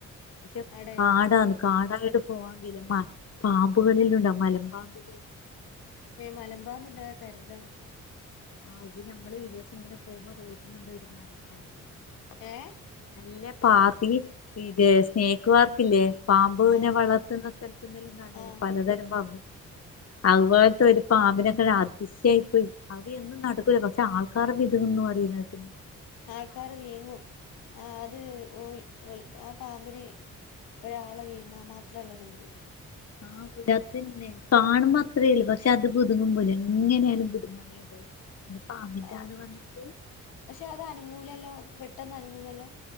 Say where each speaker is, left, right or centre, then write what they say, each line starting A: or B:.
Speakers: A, on the left (about 45°); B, on the left (about 85°).
A: പക്ഷെ
B: ആടെ
A: കാടാണ് കാടായിട്ട് പോവാങ്കിലും പാമ്പുകളില് ഉണ്ടോ മലമ്പാമ്പ്
B: മേ മലമ്പാമ്പ് ഉണ്ടായ കരുതണം
A: അത് നമ്മള് ഒരിസം ഇങ്ങനെ പോകുമ്പോ റോട്ട്മ്മണ്ടൊരു മലമ്പാമ്പ്
B: ഏഹ്
A: നല്ല പാത്തി ഇത് സ്നേക്ക് പാർക്കി ല്ലേ പാമ്പുവിനെ
B: ആഹ്
A: വളർത്തുന്ന സ്ഥ പുന്നലും കാണല്ലേ
B: ആഹ്
A: പലതരം പാമ്പ്‌ അതുപോലത്തെ ഒരു പാമ്പിനൊക്കെ അതിശയായി പോയി അവ എന്നും നടക്കൂല പക്ഷെ ആൾക്കാർ ഇതന്നുവരീണേക്ക്ണ്
B: ആൾക്കാർ വീങ്ങും ആഹ് അത് ഓൽ ഓൽ ആഹ് പാമ്പനെ ഒരാളെ വീഴുങ്ങാ മാത്രം ഉള്ളത്ണ്ട്
A: ആഹ് അതന്നെ കാണുമ്പൊ അത്രേ ഉള്ളൂ പക്ഷെ അത് പുതുങ്ങും പോല എങ്ങനെയായാലും പുതുങ്ങാൻ ഇത് പാമ്പിന്റെ
B: ആഹ്
A: ആള് വന്നിട്ട്
B: പക്ഷെ അത് അനങ്ങുലല്ലോ പെട്ടെന്ന് അനങ്ങുലല്ലോ?